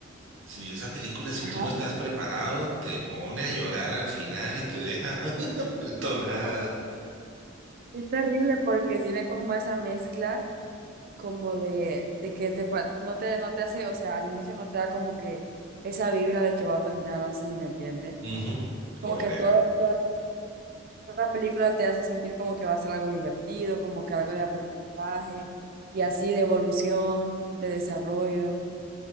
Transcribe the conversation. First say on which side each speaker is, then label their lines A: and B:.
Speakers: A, on the right; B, on the right.
A: sí, esa película, si
B: Ajá.
A: tú no estás preparado, te pone a llorar al final y te deja. <laughs> El tonada.
B: Es terrible porque tiene como esa mezcla como de, de que te, pa- no te, no te hace, o sea, al inicio no te da como que esa vibra de que va a terminar así, ¿me entiendes?
A: Ujú,
B: Como
A: Correcto.
B: que todo, todas La película te hace sentir como que va a ser algo divertido, como que algo de aprendizaje y así de evolución, de desarrollo